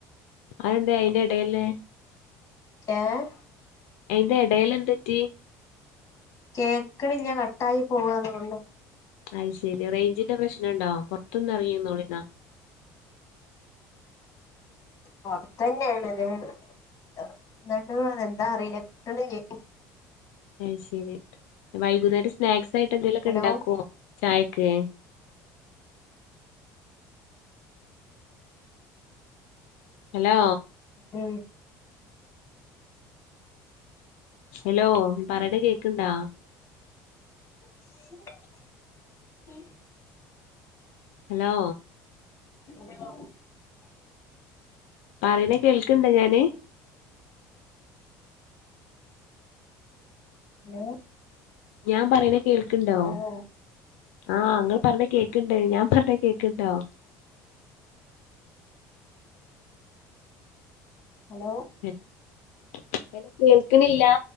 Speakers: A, on the left (about 80°); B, on the left (about 40°).
A: അതെന്തേ അയിന്റെ എടേല്?
B: ഏഹ്
A: അയിന്റെ എടേല് എന്തറ്റി?
B: കേക്ക്ണില്ല്യ, കട്ടായി പോവാ തോണ് ണു.
A: അയ്ശെരി റെയ്ഞ്ചിന്റെ പ്രശ്നണ്ടോ. പുറത്തൊന്ന് എറങ്ങിന്നോളിന്നാ.
B: പൊറത്തണ് <unintelligible> ഇന്നിട്ടും ഇതെന്താ അറീല കിട്ട്ണില്യേയ്
A: അയ് ശെരി വൈകുന്നേരം സ്നാക്സ് ആയിട്ട് എന്തേലക്കെ
B: ഹലോ
A: ഇണ്ടാക്കോ? ചായക്ക്. ഹലോ
B: ഉം.
A: ഹലോ പറ്യണത് കേക്ക്‌ണ്ടാ?
B: <unintelligible>
A: Hello
B: hello.
A: പറീണ കേൾക്ക്‌ണ്ട ഞാന്?
B: ഹലോ
A: ഞാൻ പറീണ കേൾക്ക്‌ണ്ടോ?
B: ഹലോ
A: ആഹ് ഇങ്ങൾ പറീണ കേക്ക്ണ്ട്. ഞാൻ പറിണത് കേക്ക്ണ്ടോ?
B: Hello
A: <unintelligible> hello കേൾക്ക്ണില്ലാ?